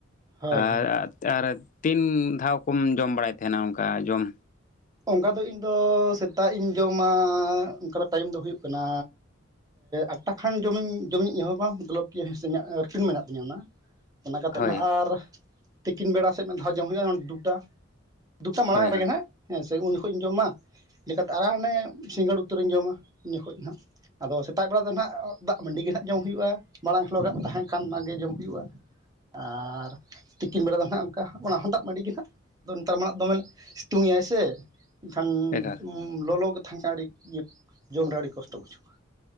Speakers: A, on the right; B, on the left.
A: ᱦᱳᱭ
B: ᱟᱨ
A: ᱦᱳᱭ
B: ᱟᱨ ᱛᱤᱱ ᱫᱷᱟᱣ ᱡᱚᱢ ᱵᱟᱲᱟᱭ ᱛᱟᱦᱮᱱᱟ ᱚᱱᱠᱟ ᱡᱚᱢ
A: ᱚᱱᱠᱟ ᱫᱚ ᱤᱧᱫᱚ ᱥᱮᱛᱟᱜ ᱤᱧ ᱡᱚᱢᱟ ᱚᱱᱠᱟ ᱫᱚ ᱴᱟᱭᱤᱢ ᱫᱚ ᱦᱩᱭᱩᱜ ᱠᱟᱱᱟ ᱟᱴᱴᱟ ᱠᱷᱟᱱ ᱡᱚᱢᱤᱧ ᱡᱚᱢᱤᱧ ᱮᱦᱚᱵᱟ ᱛᱚᱞᱚᱵᱽ ᱠᱤᱭᱟᱹ ᱦᱤᱸᱥᱟᱹᱵ ᱤᱧᱟᱹᱜ ᱨᱩᱴᱤᱱ ᱢᱮᱱᱟᱜ ᱛᱤᱧᱟᱹ ᱚᱱᱟ ᱚᱱᱟ ᱠᱟᱛᱮᱫ
B: ᱦᱳᱭ
A: ᱦᱟᱜ ᱟᱨ ᱛᱤᱠᱤᱱ ᱵᱮᱲᱟ ᱥᱮᱫ ᱫᱷᱟᱣ ᱡᱚᱢ ᱦᱩᱭᱩᱜᱼᱟ ᱫᱩᱴᱟ ᱫᱩᱴᱟ ᱢᱟᱲᱟᱝ
B: ᱦᱳᱭ
A: ᱨᱮᱜᱮ
B: ᱦᱳᱭ
A: ᱦᱟᱸᱟᱜ ᱦᱮᱸ ᱥᱮ ᱩᱱ ᱡᱚᱠᱷᱚᱡ ᱤᱧ ᱡᱚᱢ ᱢᱟ ᱞᱮᱠᱟᱛᱮ ᱟᱨᱟᱜ ᱦᱟᱱᱮ ᱥᱤᱸᱜᱟᱹᱲ ᱩᱛᱟᱹᱨᱤᱧ ᱡᱚᱢᱟ ᱩᱱ ᱡᱚᱠᱷᱚᱡ ᱦᱟᱜ ᱟᱫᱚ ᱥᱮᱛᱟᱜ ᱵᱮᱲᱟ ᱫᱚ ᱱᱟᱦᱟᱜ ᱫᱟᱜ ᱢᱟᱹᱰᱤ ᱜᱮᱦᱟᱜ ᱡᱚᱢ ᱦᱩᱭᱩᱜᱼᱟ ᱢᱟᱲᱟᱝ ᱦᱤᱞᱳ ᱜᱟᱜ ᱛᱟᱦᱮᱸᱱ ᱠᱷᱟᱱ ᱚᱱᱟᱜᱮ ᱡᱚᱢ ᱦᱩᱭᱩᱜᱼᱟ ᱟᱨ ᱛᱤᱠᱤᱱ ᱵᱮᱲᱟ ᱫᱚ ᱱᱟᱦᱟᱜ ᱚᱱᱠᱟ ᱚᱱᱟ ᱦᱚᱸ ᱫᱟᱜ ᱢᱟᱹᱰᱤ ᱜᱮ ᱱᱟᱦᱟᱜ, ᱱᱮᱛᱟᱨ ᱢᱟᱜ ᱫᱚᱢᱮ ᱥᱤᱛᱩᱝ ᱮᱭᱟᱭ ᱥᱮ ᱮᱱᱠᱷᱟᱱ
B: ᱮᱠᱟᱞ
A: ᱞᱚᱞᱚᱜᱮ ᱛᱟᱦᱮᱱ ᱠᱷᱟᱱᱡ ᱟᱹᱰᱤ ᱡᱚᱢᱨᱮ ᱟᱹᱰᱤ ᱠᱚᱥᱴᱚ ᱵᱩᱪᱷᱩᱜᱼᱟ,